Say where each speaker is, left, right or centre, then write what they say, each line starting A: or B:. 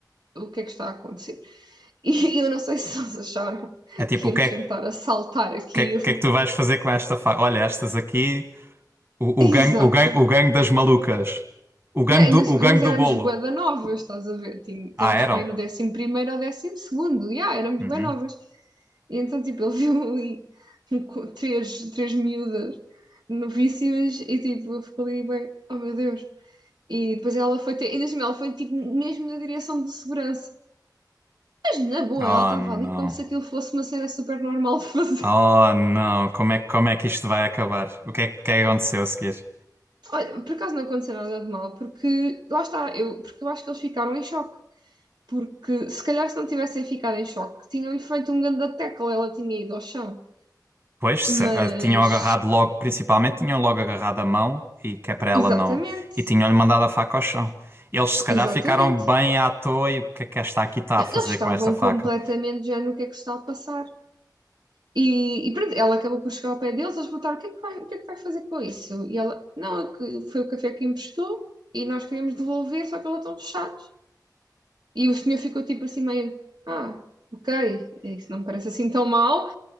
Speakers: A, on the right; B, on the right.
A: o que é que está a acontecer? <laughs> E eu não sei se eles acharam
B: É tipo,
A: que íamos
B: o que é,
A: tentar assaltar aquilo.
B: que é, que é que tu vais fazer com esta faca? Olha, estas aqui,
A: <laughs>
B: o,
A: Exato.
B: o gangue, o gangue, o gangue das malucas, o gangue
A: E ainda
B: do,
A: assim,
B: o gangue
A: nós
B: do
A: éramos
B: bolo.
A: bué da novas, estás a ver? Tinha- Estávamos
B: Ah, eram?
A: para aí no décimo primeiro ou décimo segundo. Yeah, éramos
B: Uhum.
A: bué novas. E então, tipo, ele viu ali um co- três, três miúdas novíssimas e, tipo, eu fico ali, bem, oh meu Deus. E depois ela foi ter, ainda assim, ela foi tipo mesmo na direção de segurança. Mas na boa,
B: Oh
A: ela estava
B: não.
A: ali como se aquilo fosse uma cena super normal de fazer.
B: Oh não. Como é, que- como é que isto vai acabar? O que é que que é que aconteceu a seguir?
A: <laughs> Olha, por acaso não aconteceu nada de mal, porque lá está, eu, porque eu acho que eles ficaram em choque. Porque se calhar se não tivessem ficado em choque, tinham-lhe feito um grande tackle, ela tinha ido ao chão.
B: Pois, se-
A: Mas,
B: ah, tinham agarrado logo, principalmente tinham logo agarrado a mão e que é para ela
A: exatamente,
B: não. E tinham-lhe mandado a faca ao chão. Eles se calhar
A: exatamente.
B: ficaram bem à toa e o que é que esta aqui está
A: Eles
B: a fazer
A: estavam
B: com esta faca?
A: completamente já no que é que se está a passar. E, e pronto, ela acabou por chegar ao pé deles, eles perguntaram o que é que vai, o que é que vai fazer com isso? E ela, não, é que foi o café que emprestou e nós queríamos devolver, só que eles estão fechados. E o senhor ficou tipo assim meio, ah, ok, é, isso não me parece assim tão mal.